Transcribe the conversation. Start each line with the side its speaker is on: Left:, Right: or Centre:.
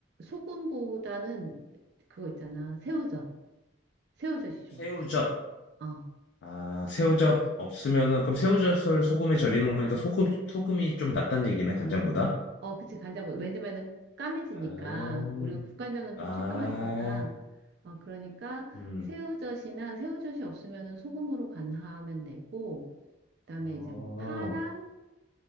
Right: 소금보다는 그거 있잖아. 새우젓. 새우젓이 좋아.
Left: 새우젓.
Right: 어,
Left: 아, 새우젓 없으면은 그럼 새우젓을 소금에 절이는 거니까 소금 소금이 좀 낫단 얘기네, 간장보다.
Right: 어, 그치, 간장. 뭐- 왜냐면은 까매지니까.
Left: 아,
Right: 우리가 국간장은
Left: 아,
Right: 좀 새까맣잖아. 어, 그러니까
Left: 음,
Right: 새우젓이나 새우젓이 없으면은 소금으로 간하면 되고, 그다음에
Left: 어,
Right: 이제 뭐 파랑,